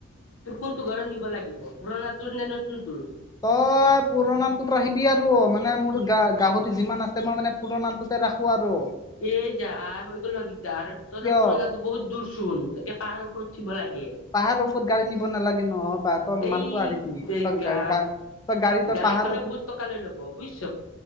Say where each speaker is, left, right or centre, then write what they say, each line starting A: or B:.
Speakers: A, on the left; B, on the left.
A: তোৰ কোনটো ঘৰত নিব লাগিব, পুৰণা তোৰ নে নতুন তোৰ?
B: তই পুৰণাটোত আহিবি আৰু, মানে মোৰ গা গাহৰি যিমান আছে মই মানে পুৰণাটোতে ৰাখোঁ আৰু।
A: এই যা হৈ গ'ল ন দিগদাৰ, যাৰ
B: কিয়
A: ত পুৰণা ত বহুত দূৰচোন একেই পাহাৰ ওপৰত উঠিব লাগে।
B: পাহাৰৰ ওপৰত গাড়ী নিব নালাগে নহয়, পাহাৰখন তই
A: এই
B: মানুহটো আহে দি
A: তেৰিকা
B: তই গাড়ী তই তই
A: গাড়ীখনে
B: পাহাৰত
A: বহুত টকা লয় ল'ব বুইছ।